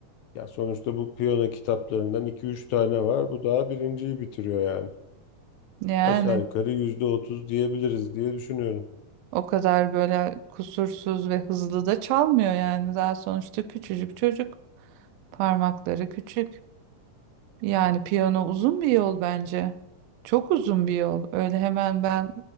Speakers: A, on the left; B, on the right.
A: ya sonuçta bu piyano kitaplarından iki üç tane var. Bu daha birinciyi bitiriyor yani.
B: Yani
A: Aşağı yukarı %30 diyebiliriz diye düşünüyorum.
B: o kadar böyle kusursuz ve hızlı da çalmıyor yani. Daha sonuçta küçücük çocuk. Parmakları küçük. Yani piyano uzun bir yol bence. Çok uzun bir yol. Öyle hemen ben